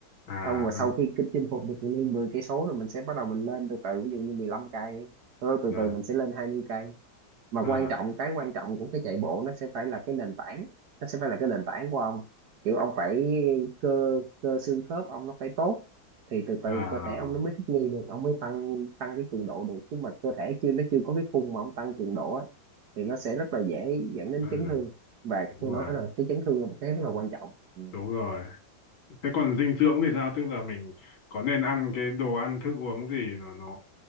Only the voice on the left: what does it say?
à
ờ
ờ
à
ừ,
đúng
rồi
đúng rồi thế còn dinh dưỡng thì sao tức là mình có nên ăn cái đồ ăn thức uống gì nó nó